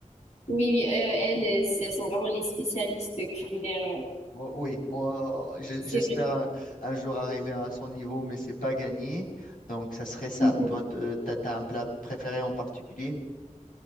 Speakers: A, on the left; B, on the left.
A: oui, oui. euh, elles, euh, c'est- elles sont vraiment les spécialistes culinaires. euh.
B: O- Oui, on- j-
A: C'est
B: j'espère
A: vrai, c'est
B: un,
A: vrai.
B: un jour arriver à son niveau, mais c'est pas gagné. Donc, ça serait ça.
A: Mhm.
B: Toi, te- t'as, t'as un plat préféré en particulier?